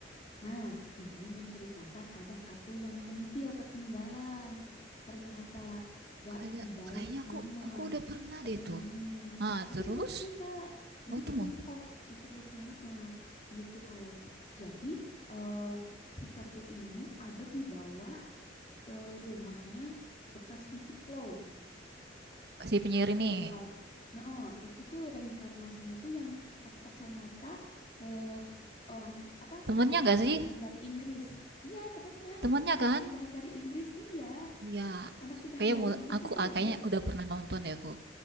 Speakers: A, on the left (about 35°); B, on the right (about 55°).
A: Nah, ini menceritakan ada kartu yang nyempil ketinggalan. Ternyata gak
B: Ada
A: dibalik
B: kayaknya aku
A: nama,
B: aku udah pernah
A: tersembunyi.
B: deh itu. Ah,
A: Itu
B: terus
A: movie, Kak. Jadi
B: oh tuh
A: spin-off
B: mau
A: disebutnya. eh, gitu. Jadi eh, si kartu ini ada di bawah eh, rumahnya bekasnya si Chloe.
B: si penyiar ini.
A: Eh, kal nah, oh, itu tuh reinkarnasinya tuh yang pakai kacamata eh, orang apa
B: Temennya
A: anak
B: nggak
A: pindahan
B: sih?
A: dari Inggris. Iya, temennya
B: Temennya
A: anak
B: kan?
A: pindahan dari Inggris. Iya,
B: Iya.
A: anak pindahan
B: Kayaknya
A: dari
B: mul-
A: Inggris
B: aku
A: itu
B: ah,
A: loh.
B: kayaknya udah pernah nonton deh aku.